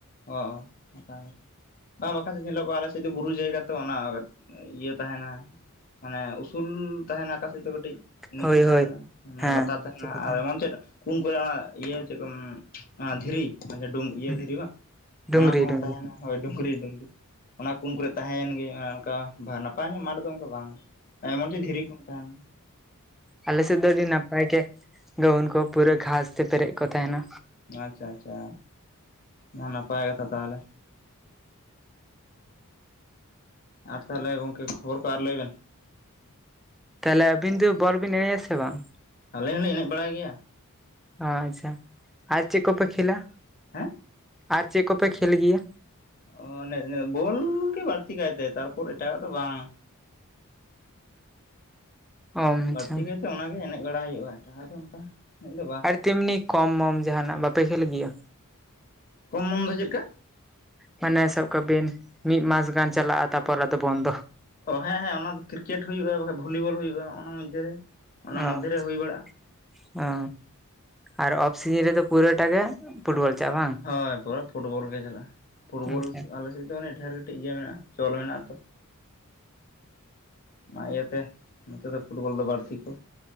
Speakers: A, on the left; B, in the centre.
A: ᱚ ᱚ ᱚᱱᱠᱟ ᱜᱮ ᱵᱟ ᱵᱟᱠᱷᱟᱡ ᱧᱮᱞᱚᱜᱚᱜᱼᱟ ᱟᱞᱮ ᱥᱮᱫ ᱫᱚ ᱵᱩᱨᱩ ᱡᱟᱭᱜᱟ ᱛᱚ ᱚᱱᱟ ᱤᱭᱟᱹ ᱛᱟᱦᱮᱸᱱᱟ ᱢᱟᱱᱮ ᱩᱥᱩᱞ ᱛᱟᱦᱮᱱᱟ ᱟᱠᱟᱥᱮᱫ ᱫᱚ ᱠᱟᱹᱴᱤᱡ᱾ ᱱᱤᱪᱩ
B: ᱦᱳᱭ
A: ᱛᱟᱦᱮᱸᱱᱟ
B: ᱦᱳᱭ
A: ᱢᱟᱱᱮ
B: ᱦᱮᱸ
A: ᱞᱟᱛᱟᱨ ᱛᱟᱦᱮᱸᱱᱟ
B: ᱪᱮᱫ ᱠᱚ
A: ᱟᱨ
B: ᱛᱟᱦᱮᱱ
A: ᱮᱢᱚᱱ ᱪᱮᱫ ᱠᱩᱱ ᱠᱚᱨᱮ ᱚᱱᱟ ᱤᱭᱟᱹ ᱪᱮᱫ ᱠᱚ ᱫᱷᱤᱨᱤ ᱰᱩᱝ ᱤᱭᱟᱹ
B: ᱦᱩᱸ
A: ᱫᱷᱤᱨᱤ ᱵᱟᱝ ᱚᱱᱟ
B: ᱰᱩᱝᱨᱤ
A: ᱠᱚ ᱦᱚᱸ
B: ᱰᱩᱝᱨᱤ
A: ᱛᱟᱦᱮᱸᱱᱟ ᱦᱳᱭ ᱰᱩᱝᱨᱤ ᱰᱩᱝᱨᱤ ᱚᱱᱟ ᱠᱩᱱ ᱠᱚ ᱨᱮ ᱛᱟᱦᱮᱸᱭᱮᱱ ᱜᱮ ᱚᱱᱮ ᱚᱱᱠᱟ ᱱᱟᱯᱟᱭ ᱧᱚᱜ ᱢᱟᱴᱷ ᱫᱚ ᱚᱱᱠᱟ ᱵᱟᱝ ᱮᱢᱚᱱ ᱪᱮᱫ ᱫᱷᱮᱨᱤ ᱠᱚ ᱦᱚᱸ ᱛᱟᱦᱮᱸᱱᱟ
B: ᱟᱞᱮᱥᱮᱫ ᱫᱚ ᱟᱹᱰᱤ ᱱᱟᱯᱟᱭ ᱜᱮ, ᱜᱟᱹᱣᱟᱹᱱ ᱠᱚ ᱯᱩᱨᱟᱹ ᱜᱷᱟᱥ ᱛᱮ ᱯᱮᱨᱮᱡ ᱠᱚ ᱛᱟᱦᱮᱱᱟ᱾
A: ᱟᱪᱪᱷᱟ ᱟᱪᱪᱷᱟ ᱢᱟ ᱱᱟᱯᱟᱭ ᱠᱟᱛᱷᱟ ᱛᱟᱦᱞᱮ ᱟᱨ ᱛᱟᱦᱞᱮ ᱜᱚᱢᱠᱮ ᱠᱷᱚᱵᱚᱨ ᱠᱚ ᱟᱨ ᱞᱟᱹᱭ ᱵᱮᱱ
B: ᱛᱟᱦᱞᱮ ᱟᱵᱤᱱ ᱫᱚ ᱵᱚᱞ ᱵᱤᱱ ᱮᱱᱮᱡ-ᱟ ᱥᱮ ᱵᱟᱝ?
A: ᱟᱞᱤᱧ ᱦᱚᱸᱞᱤᱧ ᱮᱱᱮᱡ ᱵᱟᱲᱟᱭ ᱜᱮᱭᱟ
B: ᱚ ᱟᱪᱪᱷᱟ ᱟᱨ ᱪᱮᱫ ᱠᱚ ᱯᱮ ᱠᱷᱮᱞᱟ
A: ᱦᱮᱸ
B: ᱟᱨ ᱪᱮᱫ ᱠᱚᱯᱮ ᱠᱷᱮᱞ ᱜᱮᱭᱟ?
A: ᱚ ᱵᱚᱞᱻ ᱜᱮ ᱵᱟᱹᱲᱛᱤ ᱠᱟᱭᱛᱮ ᱛᱟᱨᱯᱚᱨ ᱮᱴᱟᱜᱟᱜ ᱫᱚ ᱵᱟᱝ
B: ᱚ ᱟᱪᱪᱷᱟ
A: ᱵᱟᱹᱲᱛᱤ ᱠᱟᱭᱛᱮ ᱚᱱᱟᱜᱮ ᱮᱱᱮᱡ ᱵᱟᱲᱟ ᱦᱩᱭᱩᱜᱼᱟ ᱮᱟᱴᱦ ᱫᱚ ᱚᱱᱠᱟ ᱮ ᱫᱚ ᱵᱟᱝ
B: ᱟᱨ ᱛᱮᱢᱱᱤ ᱠᱚᱢ ᱢᱢ <inaudible> ᱡᱟᱦᱟᱱᱟᱜ ᱵᱟᱯᱮ ᱠᱷᱮᱞ ᱜᱮᱭᱟ?
A: ᱠᱚᱢ ᱢᱚᱱ ᱫᱚ ᱪᱮᱫ ᱞᱮᱠᱟ
B: ᱢᱟᱱᱮ ᱥᱟᱵ ᱠᱟᱜᱵᱤᱱ ᱢᱤᱫ ᱢᱟᱥ ᱜᱟᱱ ᱪᱟᱞᱟᱜᱼᱟ ᱛᱟᱨᱯᱚᱨ ᱟᱫᱚ ᱵᱚᱱᱫᱚ
A: ᱚ ᱦᱮᱸᱼᱦᱮᱸ ᱚᱱᱟ ᱫᱚ ᱠᱨᱤᱠᱮᱴ ᱦᱩᱭᱩᱜᱼᱟ ᱵᱟᱠᱟᱱ ᱵᱷᱚᱞᱤᱵᱚᱞ ᱦᱩᱭᱩᱜᱼᱟ ᱚᱱᱟ ᱢᱚᱫᱽᱫᱷᱮ ᱨᱮ ᱚᱱᱟ
B: ᱚ
A: ᱢᱚᱫᱽᱫᱷᱮ
B: ᱟᱪᱪᱷᱟ
A: ᱨᱮ ᱦᱩᱭ ᱵᱟᱲᱟᱜᱼᱟ
B: ᱚ ᱟᱨ ᱚᱯᱷ ᱥᱤᱡᱤᱱ ᱨᱮᱫᱚ ᱯᱩᱨᱟᱹᱴᱟ ᱜᱮ ᱯᱷᱩᱴᱵᱚᱞ ᱪᱟᱞᱟᱜ ᱵᱟᱝ?
A: ᱦᱳᱭ ᱯᱩᱨᱮ ᱯᱷᱩᱴᱵᱚᱞ ᱜᱮ ᱪᱟᱞᱟᱜᱼᱟ ᱯᱷᱩᱴᱵᱚᱞ
B: ᱟᱪᱪᱷᱟ
A: ᱟᱞᱮᱥᱮᱫ ᱫᱚ ᱟᱱᱮ ᱰᱷᱮᱨ ᱠᱟᱹᱴᱤᱡ ᱜᱮ ᱢᱮᱱᱟᱜᱼᱟ ᱪᱚᱞ ᱢᱮᱱᱟᱜ ᱟᱛᱚ ᱚᱱᱟ ᱤᱭᱟᱹᱛᱮ ᱱᱚᱛᱮ ᱫᱚ ᱯᱷᱩᱴᱵᱚᱞ ᱫᱚ ᱵᱟᱹᱲᱛᱤ ᱠᱚ